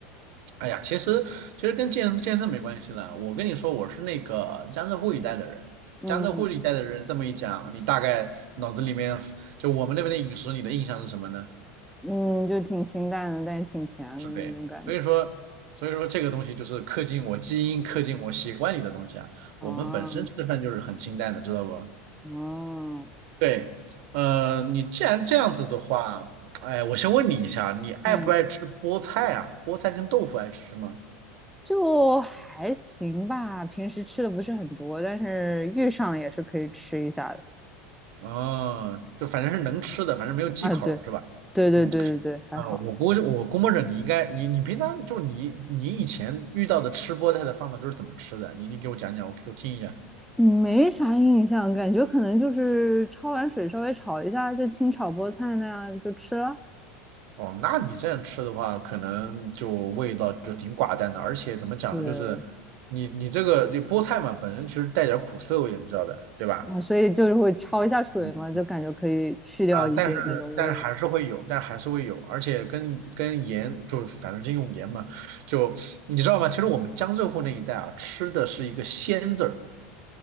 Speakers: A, on the right; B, in the centre.
A: 哎呀，其实其实跟健身健身没关系了。我跟你说，我是那个江浙沪一带的人，
B: 嗯
A: 江浙沪一带的人这么一讲，你大概脑子里面就我们那边的饮食，你的印象是什么呢？
B: 嗯，就挺清淡的，但也挺甜的那种感觉。
A: 是的呀，所以说所以说这个东西就是刻进我基因、刻进我习惯里的东西啊。
B: 哦，
A: 我们本身吃饭就是很清淡的，知道不？
B: 哦，
A: 对，呃，你既然这样子的话，哎，我先问你一下，你爱不爱吃菠菜啊？
B: 嗯，
A: 菠菜跟豆腐爱吃吗？
B: 就还行吧。平时吃的不是很多，但是遇上了也是可以吃一下的。
A: 嗯，就反正是能吃的，反正没有忌口儿是吧？
B: 啊，对，对对对对对，
A: 嗯，
B: 还好，
A: 啊，我估计我估摸着你应该，你你平常就你你以前遇到的吃菠菜的方法都是怎么吃的啊？你你给我讲讲，我我听一下。
B: 没啥印象，感觉可能就是焯完水稍微炒一下，就清炒菠菜那样就吃了。
A: 哦，那你这样吃的话，可能就味道就挺寡淡的，而且怎么讲呢，
B: 对，
A: 就是你你这个这菠菜嘛，本身其实带点儿苦涩味的，你知道的，对吧？
B: 啊，所以就是会焯一下水嘛，
A: 嗯
B: 就感觉可以去掉一些那种味。
A: 啊、但是但是还是会有，但还是会有，而且跟跟盐就反正是用盐嘛，就你知道吧？其实我们江浙沪那一带啊，吃的是一个鲜字儿，